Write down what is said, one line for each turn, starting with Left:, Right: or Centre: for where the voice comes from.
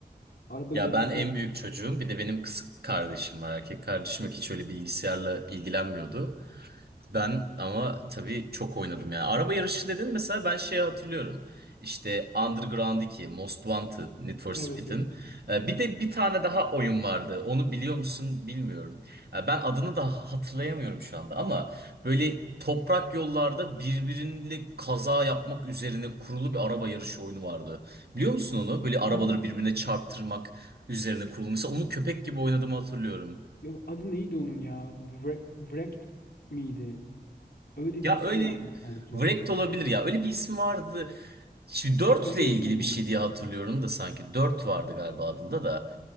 Left: Araba
Right: Ya
Left: yarışı
Right: ben en büyük çocuğum. Bir de benim kız kardeşim var. Erkek kardeşim yok. Hiç öyle bilgisayarla ilgilenmiyordu. Ben ama tabii çok oynadım yani. Araba yarışı dedin mesela ben şeyi hatırlıyorum. İşte Underground 2, Most Wanted, Need for Speed'in.
Left: Evet evet.
Right: Ee, Bir de bir tane daha oyun vardı. Onu biliyor musun bilmiyorum. Ee, Ben adını da hatırlayamıyorum şu anda ama böyle toprak yollarda birbiriyle kaza yapmak üzerine kurulu bir araba yarışı oyunu vardı. Biliyor musun onu? Böyle arabaları
Left: Ha,
Right: birbirine çarptırmak üzerine kurulu. Mesela onu köpek gibi oynadığımı hatırlıyorum.
Left: ya adı neydi onun ya? Wre- Wrecked miydi? Öyle
Right: Ya
Left: bir ismi
Right: öyle
Left: vardı sanki.
Right: Wrecked olabilir ya. Öyle bir ismi vardı. Şimdi 4
Left: Hatırlıyorum
Right: ile ilgili
Left: ama
Right: bir
Left: onu.
Right: şey diye hatırlıyorum da sanki 4 vardı galiba adında da